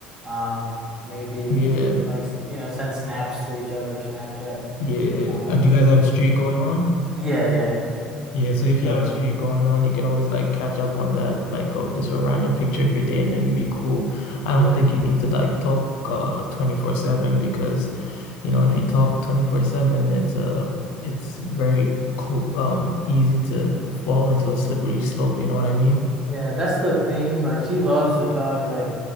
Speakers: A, on the right; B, on the left.
A: um, maybe
B: Yeah.
A: like you know send snaps to each other, Snapchat.
B: Yeah.
A: Um,
B: Uh, do you guys have a streak going on?
A: yeah, yeah,
B: Yeah, so if you
A: the
B: have a streak going on, you can always like catch up on that, like oh, just a random picture of your day and then you be cool. I
A: yeah,
B: don't think you need to like talk uh 24/7 because, you know, if you talk 24/7, it's uh it's very cool um easy to fall into a slippery slope, you know what I mean?
A: yeah. That's the thing. Like she loves to talk. Like